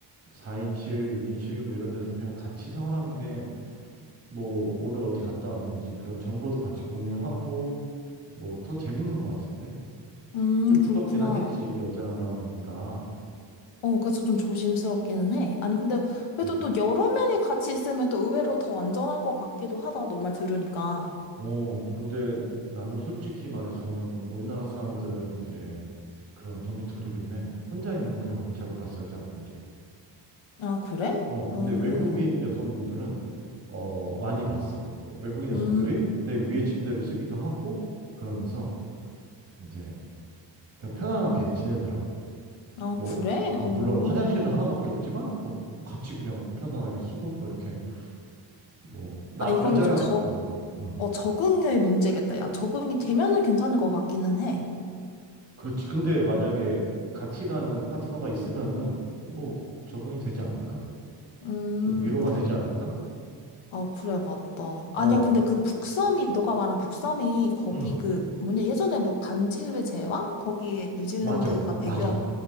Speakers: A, on the right; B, on the left.
A: 4인실, 6인실 뭐 이런 데서 그냥 같이 생활하는 게 뭐 오늘 어디 갔다 왔는지 그런 정보도 같이 공유하고 뭐 더 재밌는 것 같은데?
B: 음,
A: 좀 무섭긴
B: 그렇구나.
A: 하겠지, 여자니까.
B: 어, 그래서 좀 조심스럽기는 해. 아니, 근데 그래도
A: 음.
B: 또 여러 명이 같이 있으면 또 의외로 더 안전할 것 같기도 하다, 너 말 들으니까.
A: 어, 근데 나는 솔직히 말해서는 우리나라 사람들은 이제 그런 도미토리룸에 혼자 있는 경우는 잘못 봤어, 여자분들이.
B: 아, 그래?
A: 어, 근데
B: 음,
A: 외국인 여성분들은 어, 많이 봤어. 외국인 여성들이
B: 음,
A: 내 위에 침대를 쓰기도 하고 그러면서 이제 그냥 편안하게 지내더라고.
B: 아,
A: 뭐
B: 그래?
A: 물론
B: 어,
A: 화장실도 하나밖에 없지만 뭐 같이 그냥 편안하게 쓰고 뭐 이렇게 뭐 남
B: 아, 이거는
A: 여자랑
B: 좀 적,
A: 뭐 음.
B: 어, 적응의 문제겠다. 야, 적응이 되면은 괜찮을 것 같기는 해.
A: 그렇지. 근데 만약에 같이 가는 파트너가 있으면은 뭐 적응이 되지 않을까?
B: 음,
A: 좀 위로가 되지 않을까?
B: 아, 그래, 맞다. 아니야,
A: 어,
B: 근데 그 북섬이, 너가 말한 북섬이 거기
A: 음,
B: 그, 뭐냐, 예전에 뭐 반지의 제왕? 거기에 뉴질랜드가
A: 맞아.
B: 배경,
A: 맞아.